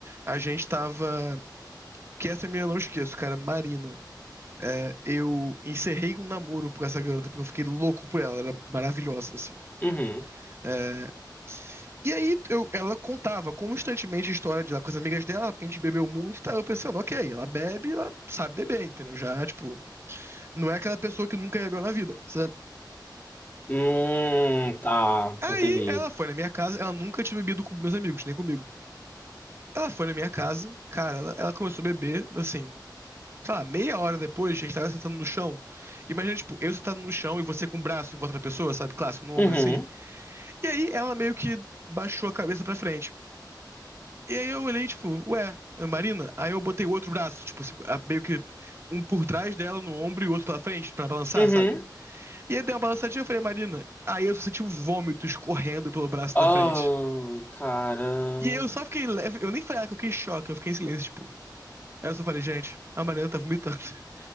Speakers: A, on the right; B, on the left.
A: a gente tava, que essa menina eu não esqueço, cara, Marina. É, eu encerrei um namoro com essa garota porque eu fiquei louco por ela, ela era maravilhosa, assim.
B: Uhum.
A: É, E aí eu- ela contava constantemente a história de lá com as amigas dela, porque a gente bebeu muito, e tá eu pensando, ok, ela bebe, ela sabe beber, entendeu? Já, tipo, não é aquela pessoa que nunca bebeu na vida, sabe?
B: Hum, tá,
A: Aí
B: entendi.
A: ela foi na minha casa, ela nunca tinha bebido com meus amigos, nem comigo. Ela foi na minha casa, cara, ela, ela começou a beber, assim, sei lá, meia hora depois, a gente tava sentando no chão. Imagina, tipo, eu sentado no chão e você com o braço em volta da pessoa, sabe? Clássico, no ombro
B: Uhum.
A: assim. E aí ela meio que baixou a cabeça pra frente. E aí eu olhei, tipo, ué, Ana Marina? Aí eu botei o outro braço, tipo, se- a- meio que um por trás dela no ombro e o outro pela frente pra balançar,
B: Uhum.
A: sabe? E aí deu uma balançadinha, eu falei, Marina. Aí eu só senti um vômito escorrendo pelo braço
B: Oh,
A: da frente.
B: cara.
A: E eu só fiquei leve, eu nem falei ah, que eu fiquei em choque, eu fiquei em silêncio, tipo. Aí eu só falei, gente, a Marina tá vomitando. <laughs>